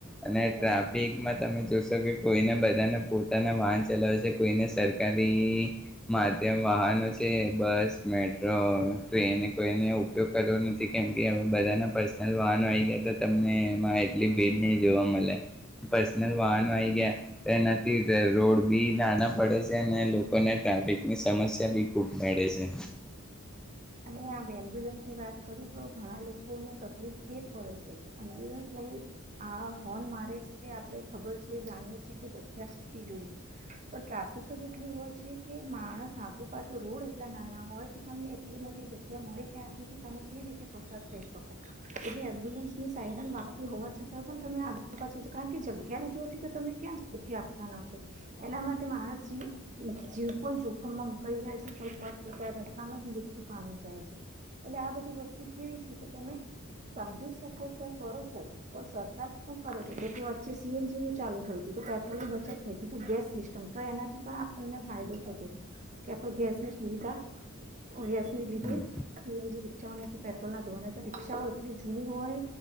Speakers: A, in the centre; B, on the right.
A: અને
B: છે
A: ટ્રાફિકમાં તમે જોશો કે કોઈને બધાને પોતાના વાહન ચલાવે છે કોઈને સરકારી માધ્યમ વાહનો છે તે બસ મેટ તો એને કોઈને ઉપયોગ કરવો નથી કેમ કે હવે બધાના પર્સનલ વાહનો ગયા તો તમને એમાં એટલી ભીડ નહી જોવા મળે, પર્સનલ વાહનો આવી ગયા. તેનાથી રોડ બી નાના પડે છે અને લોકોને ટ્રાફિકની સમસ્યા બી ખૂબ મળે છે.
B: અને આ એમ્બ્યુલન્સની વાત કરીએ તો ઘણા લોકોને તકલીફ એ પડે છે કે એમ્બ્યુલન્સ લઈ આ હોર્ન મારે છે આપડણે ખબર છે જાણીએ છીએ કે જગ્યાતી જોઈ, પણ ટ્રાફિક જ એટલી હોય છે કે માણસ આગો પાછો રોડ એટલા નાના હોય તો તમને એટલી મોટી જગ્યા મળે ક્યાંથી કે તમે કેવી રીતે પસાર થઈ શકો, એટલે એમ્બ્યુલન્સની સયરાન વાપતી હોવા છતાં પણ તમે આગળ પાછ કારણ કે જગ્યા ન જોથી તો તમે ક્યાં જગ્યા આપવાના છો, એના માટે માણસજી જીવ પણ જોખમમાં મુકાઈ જાય છે ફ ફતા રસ્તામાં જ મૃતુ પામ જાય છે, એટલે આ બધી વસ્તુ કેવી છે કે તમે સમજી શકો છો કરો છો તો સરકાર પણ કરે છે એટલે કે વચ્ચે સી એન જી નું ચાલુ થયું હતું તો પેટ્રોલની બચત થઈું ગેસ સિસ્ટમ તો એનાથી પણ આપણને ફાયદો થતો હતો, કે આપ ગેસની સુવિધા ગેસ લીધે,
A: હમ
B: સી એલ જી રિક્ષાઓને પેટ્રોલ ના ધોરણે રિક્ષાઓ એટલી જૂની હોય,